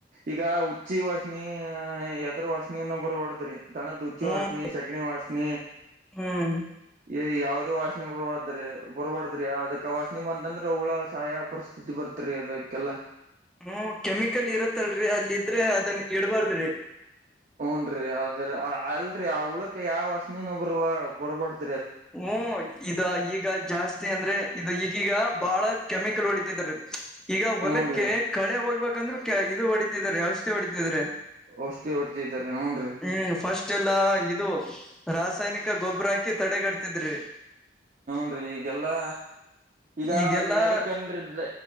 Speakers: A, on the right; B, in the centre.
A: ಈಗ ಹುಚ್ಚಿ ವಾಾಸನೆ ್ ಎದ್ರು ವಾಸಿನೆಯನ್ನ ಬರ್ಬಡದ್ರಿ ತಾನ ದೂಚ
B: ಹ್ಮ್
A: ವಾಸನ ಶೆಗಣ ವಾಸನ
B: ಹ್ಮ್
A: ಯಾವ್ದೋ ವಾಾಸನೆಿ ಬರ್ಬಾದ್ರಿ ಬರ್ಬಾರಡ್ದ್ರಿ ಅದಕ್ಕೆ ವಾಸನೆಿ ಬಂದಂದ್ರೆ ಅವಳ ಸಹಾಯ ಪರಿಸ್ಥಿತಿ ಬರ್ತರಿ ಅದಕ್ಕೆಲ್ಲ
B: ಹ್ಮ ಕೆಮಿಕಲ್ ಇರತ್ತಲ್ರರಿ ಅಲ್ ಇದ್ರೆ ಅದನ್ ಇಡ್ಬಾರ್ದ್ರಿ
A: ್ನ್ರರಿ ಅದ್ರ ಅಲ್ರರಿ ಆ ಉಳಕ ಯಾವಾಸ ನೀನ ಬರ್ ಬರ್ಬಡ್ದ
B: ಹ್ಮ್ ಇದ ಈಗ ಜಾಸ್ತಿ ಅಂದ್ರೆ ಇದು ಈಗೀಗ ಬಹಳ ಕೆಮಿಕಲ್ ಹೊಡಿತಿದ ರ ಈಗ ಹೊಲಗೆ
A: ಹೂನ್ರಿ
B: ಕಳೆ ಹೋಗ್ಬೇಕ ಯಾಕಂದ್ರೆ ಇದು ಹೊಡಿತಿದ್ರ ಔಷಿ ಹೊಡಿತಿದ್ರೆ
A: ಔಷಧಿ ಹೊಡ್ದಿದ್ರಿ ಹೂನ್ರಿ
B: ಹ್ಮ್ ಫಸ್ಟ್ ಎಲ್ಲ ಇದು ರಾಸಾಯನಿಕ ಗೊಬ್ಬರ ಹಾಕಿ ತಡೆಗಡ್ ಇದದ್ರ
A: ್ನ್ೀ ಈಗೆಲ್ಲಾ ಈಗ
B: ಈಗೆಲ್ಲಾ
A: ಅದು ಎದಕಂಡ್ರದ